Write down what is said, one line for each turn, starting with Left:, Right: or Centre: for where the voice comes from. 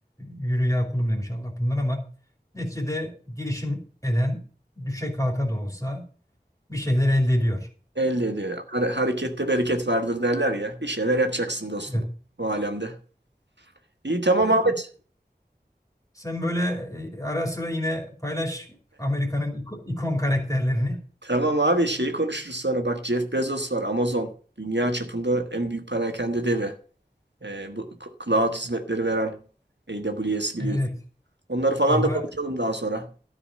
Left: yürü ya kulum demiş Allah bundan ama neticede girişim eden düşe kalka da olsa bir şeyler elde ediyor.
Right: Elde ediyor. Hare- harekette bereket vardır derler ya. Bir şeyler yapacaksın dostum
Left: Evet.
Right: bu alemde. İyi tamam
Left: Evet,
Right: Ahmet.
Left: Sen böyle e, ara sıra yine paylaş Amerika'nın iko- ikon karakterlerini.
Right: Tamam abi şeyi konuşuruz sonra. Bak Jeff Bezos var Amazon. Dünya çapında en büyük perakende devi. Ee, bu k- cloud hizmetleri veren AWS biliyorsun.
Left: Evet
Right: Onları falan
Left: ama
Right: da konuşalım daha sonra.